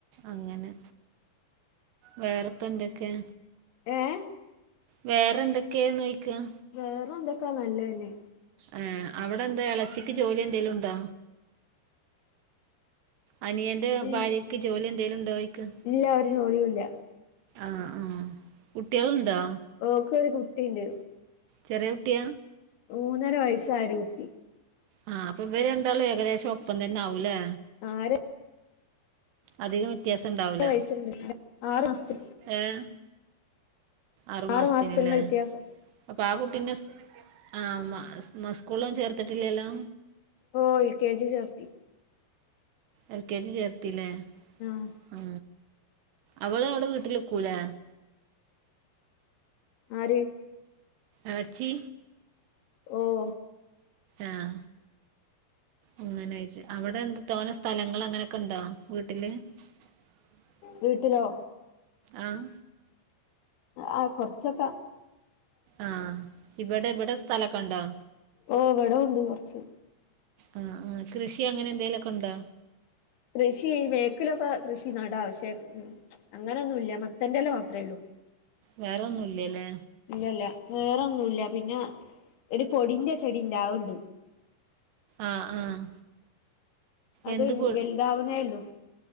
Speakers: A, on the right; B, on the left.
A: അങ്ങനെ വേറെപ്പോ എന്തൊക്കെയാ
B: ഏഹ്
A: വേറെ എന്തൊക്കെയാന്ന് ചോദിക്കെയാ
B: വേറെ എന്തൊക്കായാ നല്ലന്നെ
A: ആഹ് അവിടെ എന്താ എളേച്ചിക്ക് ജോലി എന്തേലും ഉണ്ടോ അനിയന്റെ
B: ഈ
A: ഭാര്യക്ക് ജോലി എന്തേലും ഉണ്ടോയിക്ക്
B: ഇല്ല ഒരു ജോലിയുല്ല
A: ആഹ് ആഹ് കുട്ടികളുണ്ടോ
B: ഓക്ക് ഒരു കുട്ടിണ്ട്
A: ചെറിയ കുട്ടിയാ
B: മൂന്നര വയസ്സായ ഒരു കുട്ടി
A: ആഹ് അപ്പൊ ഇവര് രണ്ടാളും ഏകദേശം ഒപ്പം തന്നെ ആവൂല്ലേ
B: ആര്
A: അധികം വ്യത്യാസം ഉണ്ടാവൂല
B: വയസ്സുണ്ട് ആറ് മാസത്തി
A: ഏഹ് ആറുമാസത്തിനല്ലേ
B: ആറ് മാസത്തിനുള്ള വ്യത്യാസം
A: അപ്പൊ ആ കുട്ടിനെസ് ആ മസ് മസ് സ്കൂളൊന്നും ചേർത്തിട്ടില്ലല്ലോ
B: ഓഹ് എൽ ക്കെ ജി ചേർത്തി
A: എൽ കെ ജി ചേർത്തില്ലേ
B: ആഹ്
A: ഉ അവള് അവിടെ വീട്ടിൽനിൽക്കൂലേ
B: ആര്
A: ആ ച്ചി
B: ഓഹ
A: ആഹ് അങ്ങനൊയിരിക്ക് അവിടെ എന്ത് തോന്ന സ്ഥലങ്ങൾ അങ്ങനെയൊക്കെണ്ടോ വീട്ടില് <inaudible>
B: വീട്ടിലോ
A: ആഹ്
B: ആ കുറച്ചൊക്കെ
A: ആഹ് ഇവിടെ എവിടെ സ്ഥലൊക്കണ്ടോ
B: ഓവിട ഉണ്ട് കുറച്ച്
A: ആഹ ആ കൃഷി അങ്ങനെ എന്തേങ്കലുക്കെ ഉണ്ടോ
B: കൃഷി ബാക്കിലൊക്കെ കൃഷി നടാ പക്ഷെ അങ്ങനെൊന്നുമല്ല മത്തൻറല്ല മാത്രമേ ഉള്ളൂ
A: വേറെൊന്നും ഇല്ലല്ലേ
B: ഇല്ലല്ല വേറെൊന്നുമല്ല പിന്നെ ഒരു പൊടിന്റെ ചെടിണ്ടാവണ്ട്
A: ആഹ് ആഹ്
B: അത്
A: എന്ത് പോ
B: വലുതാവുന്നേ ഉള്ളൂ